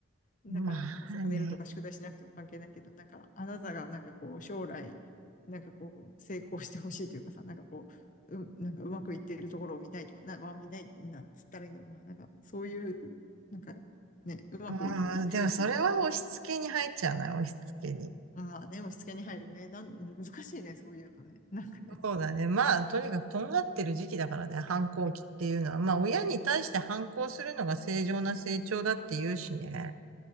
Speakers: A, on the left; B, on the right.
A: だから遅く寝るとか宿題しなくても関係ないけど、
B: まあね。
A: なんか、あなたがなんかこう、将来、なんかこう、成功してほしいというかさ、なんかこう、う、なんかうまくいっているところを見たいと、な、まあ見たいな、つったらいいんだろうな。なんか、そういう、なんか、ね、うまくいくようにとか。
B: うん、でもそれは押し付けに入っちゃうな、押し付けに。
A: まあね、押し付けに入るね。なん、難しいね、そういうのね。なんかね。
B: そうだね。まあ、とにかくとんがってる時期だからね、反抗期っていうのは。まあ、親に対して反抗するのが正常な成長だって言うしね。